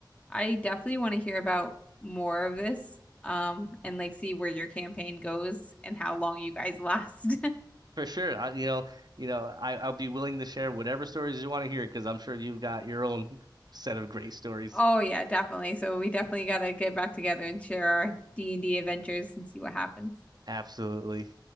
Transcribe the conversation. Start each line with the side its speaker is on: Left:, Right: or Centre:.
Left: I definitely want to hear about more of this, um, and like see where your campaign goes and how long you guys last. <laughs>
Right: for sure, I, you know, you know, I I'll be willing to share whatever stories you want to hear because I'm sure you've got your own set of great stories.
Left: Oh yeah, definitely. So we definitely gotta get back together and share our D&D adventures and see what happens.
Right: Absolutely.